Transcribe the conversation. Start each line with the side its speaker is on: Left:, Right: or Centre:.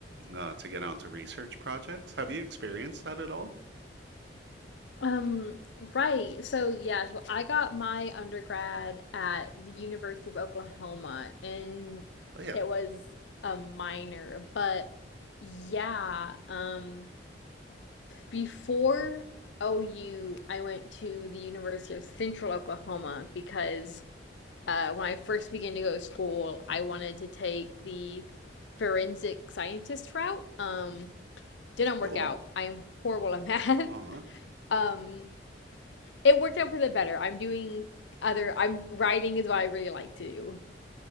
Right: uh, to get onto research projects. Have you experienced that at all?
Left: Um, right. So yeah, so I got my undergrad at the University of Oklahoma and
Right: Oh yeah,
Left: it was a minor, but yeah, um before OU, I went to the University of Central Oklahoma because uh when I first began to go to school, I wanted to take the forensic scientist route. Um, didn't work
Right: cool.
Left: out. I am horrible at <laughs> math.
Right: Aw,
Left: Um, it worked out for the better. I'm doing other, I'm writing is what I really like to do.